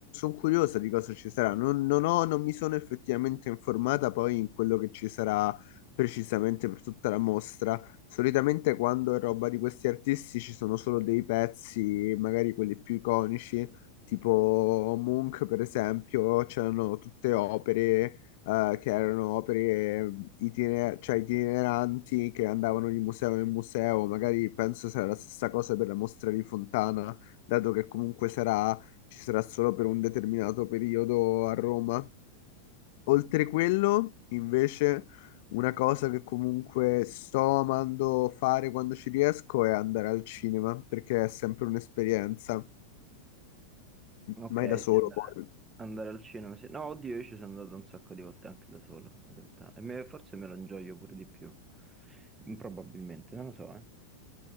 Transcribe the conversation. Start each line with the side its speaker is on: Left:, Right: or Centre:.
Left: curiosa di cosa ci sarà. Non, non ho- non mi sono effettivamente informata poi in quello che ci sarà precisamente per tutta la mostra. Solitamente quando è roba di questi artisti ci sono solo dei pezzi, magari quelli più iconici, tipo Munch per esempio, c'erano tutte opere eh, che erano opere eh, itine- cioè itineranti che andavano di museo in museo. Magari penso sarà la stessa cosa per la mostra di Fontana, dato che comunque sarà, ci sarà solo per un determinato periodo a Roma. Oltre quello, invece, una cosa che comunque sto amando fare quando ci riesco è andare al cinema, perché è sempre un'esperienza,
Right: Ok,
Left: mai da solo
Right: sì, andare,
Left: poi.
Right: andare al cinema. sì. No, oddio, io ci sono andato un sacco di volte anche da solo, in realtà. E me- forse me lo ingioio pure di più. Mm, Probabilmente, non lo so, eh.